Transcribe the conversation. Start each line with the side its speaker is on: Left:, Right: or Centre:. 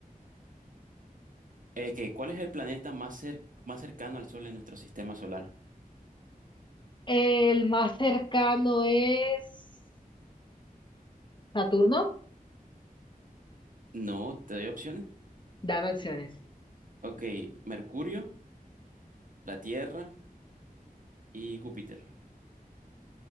Right: que, ¿cuál es el planeta más cer- más cercano al Sol en nuestro sistema solar?
Left: El más cercano es Saturno.
Right: No, te doy opciones.
Left: Dame opciones.
Right: Ok, Mercurio, la Tierra. y Júpiter.